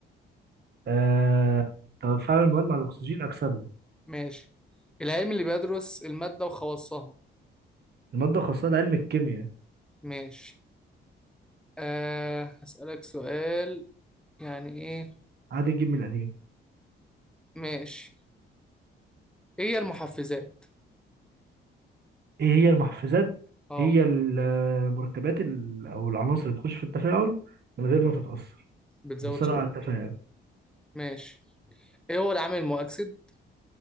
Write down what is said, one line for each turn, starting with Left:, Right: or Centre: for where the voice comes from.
Right: آه... تفاعل المواد مع الاكسجين اكسده
Centre: ماشي العلم اللي بيدرس المادة وخواصها
Right: الماده خاصه ده علم الكيمياء
Centre: ماشي آه هسألك سؤال يعني إيه
Right: عاد الجيم القديم
Centre: ماشي إيه هي المحفزات
Right: ايه هي المحفزات
Centre: آه
Right: هي المركبات ال- او العناصر اللي بتخش في التفاعل من غير ما تتأثر
Centre: بتزود
Right: وبتسرع
Centre: سرعة
Right: التفاعل
Centre: ماشي إيه هو العامل المؤكسد